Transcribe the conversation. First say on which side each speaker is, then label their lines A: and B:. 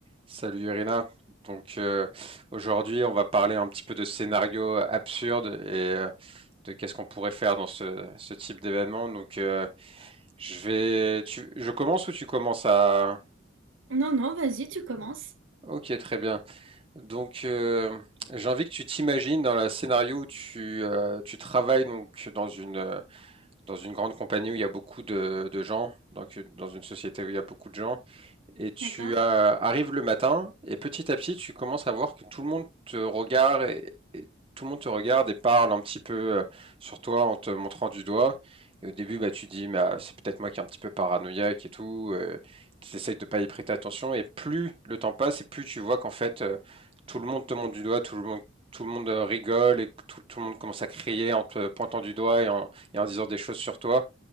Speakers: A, on the right; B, on the right.
A: Salut Irina. Donc euh, aujourd'hui, on va parler un petit peu de scénarios absurdes et euh, de qu'est-ce qu'on pourrait faire dans ce, ce type d'événement. Donc euh, je vais, tu, je commence ou tu commences à...
B: Non, non, vas-y, tu commences.
A: Ok, très bien. Donc euh, j'ai envie que tu t'imagines dans le scénario où tu, euh, tu travailles donc dans une, euh, dans une grande compagnie où il y a beaucoup de, de gens, donc dans une société où il y a beaucoup de gens, et tu
B: D'accord?
A: euh, arrives le matin et petit à petit tu commences à voir que tout le monde te regarde et, et tout le monde te regarde et parle un petit peu euh, sur toi en te montrant du doigt. Et au début, bah, tu dis, bah, c'est peut-être moi qui est un petit peu paranoïaque et tout. Euh, tu essayes de pas y prêter attention. Et plus le temps passe, et plus tu vois qu'en fait, euh, tout le monde te montre du doigt, tout le monde, tout le monde euh, rigole et tout, tout le monde commence à crier en te pointant du doigt et en, et en disant des choses sur toi.